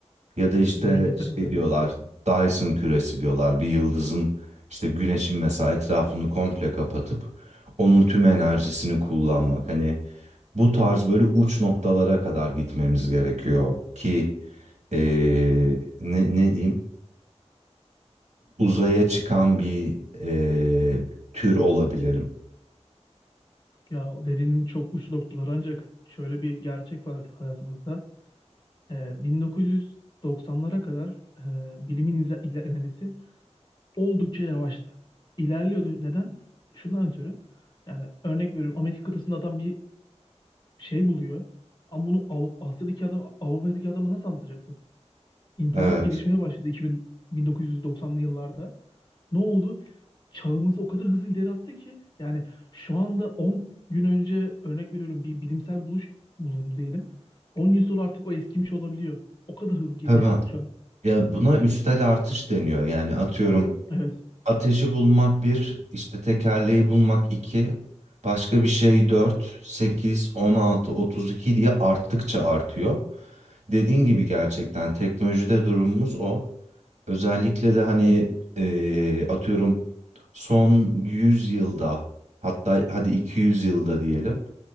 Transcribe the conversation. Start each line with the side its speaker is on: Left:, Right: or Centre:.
Right: Ya da işte
Left: Yörüngesel
Right: şey
Left: hız evet.
Right: diyorlar, Dyson küresi diyorlar. Bir yıldızın işte güneşin mesela etrafını komple kapatıp onun tüm enerjisini kullanmak. Hani bu tarz böyle uç noktalara kadar gitmemiz gerekiyor ki eee, ne, ne diyeyim uzaya çıkan bir eee, tür olabilirim.
Left: Ya dediğin çok uç noktalar ancak şöyle bir gerçek var hayatımızda. Ee, 1990'lara kadar e, bilimin izle- ilerlemesi oldukça yavaştı. İlerliyordu. Neden? Şundan ötürü. Yani örnek veriyorum Amerika kıtasında adam bir şey buluyor. Ama bunu Av- Asya'daki adam Avrupa'daki adama nasıl anlatacaksın? İnternet
Right: Evet.
Left: gelişmeye başladı 2000, 1990'lı yıllarda. Ne oldu? Çağımızı o kadar hızlı ileri attı ki yani şu anda 10 gün önce örnek veriyorum bir bilimsel buluş bulundu diyelim. 10 gün sonra artık o eskimiş olabiliyor. O kadar hızlı gelişiyoruz
Right: Tabii.
Left: şu an.
Right: Ya buna üstel artış deniyor. Yani atıyorum
Left: Evet.
Right: Ateşi bulmak bir, işte tekerleği bulmak iki, başka bir şey dört, sekiz, on altı, otuz iki diye arttıkça artıyor. Dediğin gibi gerçekten teknolojide durumumuz o. Özellikle de hani eee, atıyorum son yüz yılda hatta hadi 200 yılda diyelim